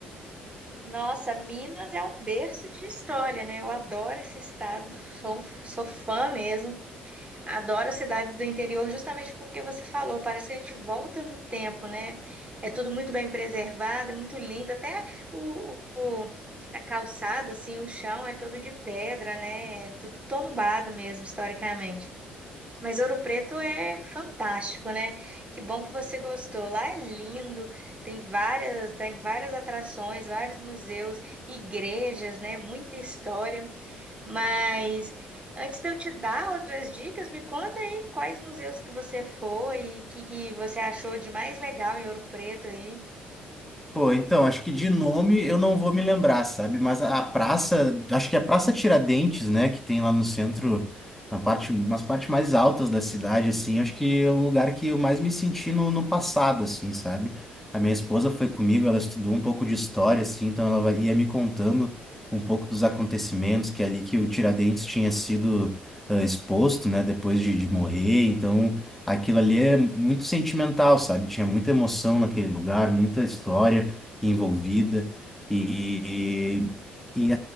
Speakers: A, on the right; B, in the centre.
A: Nossa, Minas é um berço de história, né? Eu adoro esse estado, sou, sou fã mesmo. Adoro cidades do interior justamente porque você falou, parece que a gente volta no tempo, né? É tudo muito bem preservado, é muito lindo, até o, o- a calçada, assim, o chão é todo de pedra, né? É tudo tombado mesmo, historicamente. Mas Ouro Preto é fantástico, né? Que bom que você gostou. Lá é lindo, tem várias, tem várias atrações, vários museus, igrejas, né? Muita história. Mas antes de eu te dar outras dicas, me conta aí quais museus que você foi e que, que você achou de mais legal em Ouro Preto aí.
B: Pô, então, acho que de nome eu não vou me lembrar, sabe? Mas a a praça, acho que é a Praça Tiradentes, né? Que tem lá no centro, na parte, nas partes mais altas da cidade, assim, acho que é um lugar que eu mais me senti no, no passado, assim, sabe? A minha esposa foi comigo, ela estudou um pouco de história, assim, então ela vai- ia me contando um pouco dos acontecimentos que ali que o Tiradentes tinha sido ah, exposto, né? Depois de, de morrer, então aquilo ali é muito sentimental, sabe? Tinha muita emoção naquele lugar, muita história envolvida e, e